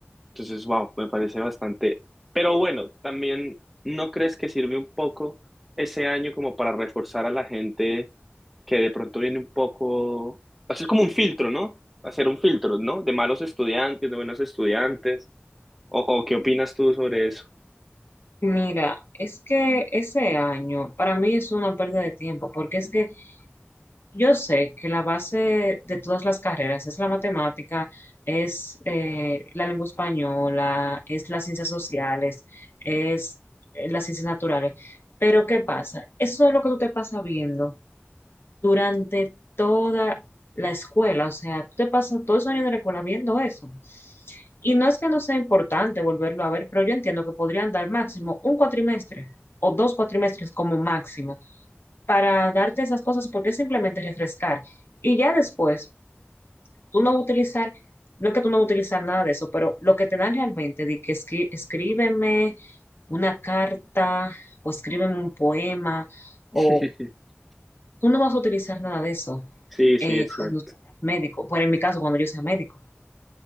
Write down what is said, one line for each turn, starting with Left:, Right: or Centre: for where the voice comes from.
Centre: Entonces, wow, me parece bastante. Pero bueno, también, ¿no crees que sirve un poco ese año como para reforzar a la gente? que de pronto viene un poco, hacer como un filtro, ¿no? Hacer un filtro, ¿no? De malos estudiantes, de buenos estudiantes. ¿O, o qué opinas tú sobre eso?
Left: Mira, es que ese año para mí es una pérdida de tiempo, porque es que yo sé que la base de todas las carreras es la matemática, es eh, la lengua española, es las ciencias sociales, es eh, las ciencias naturales. Pero ¿qué pasa? Eso es lo que tú te pasas viendo durante toda la escuela. O sea, tú te pasas todos esos años de la escuela viendo eso. Y no es que no sea importante volverlo a ver, pero yo entiendo que podrían dar máximo un cuatrimestre o dos cuatrimestres como máximo para darte esas cosas porque es simplemente refrescar. Y ya después, tú no vas a utilizar, no es que tú no vas a utilizar nada de eso, pero lo que te dan realmente de que escri- escríbeme una carta o escríbeme un poema o
Centre: <laughs>
Left: tú no vas a utilizar nada de eso
Centre: Sí, sí,
Left: eh,
Centre: es cierto.
Left: cuando tú seas médico. Bueno, en mi caso, cuando yo sea médico.